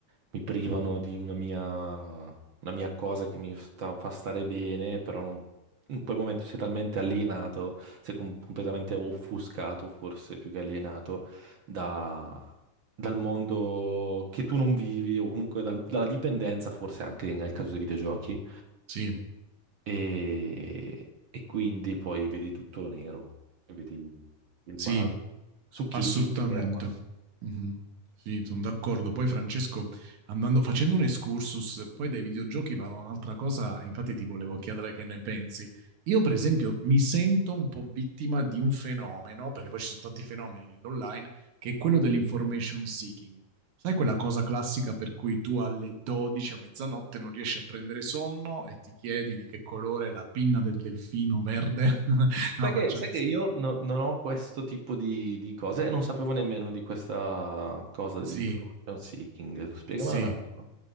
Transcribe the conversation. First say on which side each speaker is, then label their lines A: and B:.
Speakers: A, on the right; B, on the right.
A: mi privano di una mia, una mia cosa che mi sta- fa stare bene, però non- in quel momento sei talmente alienato, sei com- completamente offuscato forse più che alienato da- dal mondo che tu non vivi o comunque dal- dalla dipendenza forse anche nel caso dei videogiochi
B: sì,
A: e, e quindi poi vedi tutto nero, e vedi il
B: sì.
A: male. Su chi
B: Assolutamente.
A: ti ti ferma?
B: Mhm. Sì, sono d'accordo. Poi Francesco, andando- facendo un excursus, poi dai videogiochi vado a un'altra cosa, infatti ti volevo chiedere che ne pensi. Io, per esempio, mi sento un po' vittima di un fenomeno, perché poi ci sono tanti fenomeni nell'online, che è quello dell'information seeking. Sai quella cosa classica per cui tu alle 12 a mezzanotte non riesci a prendere sonno e ti chiedi di che colore è la pinna del delfino verde? <laughs> No,
A: Sai
B: faccio
A: che, sai
B: un esempio.
A: che io no- non ho questo tipo di, di cose e non sapevo nemmeno di questa cosa
B: Sì,
A: dell'information seeking. Spiegamela
B: Sì.
A: un attimo.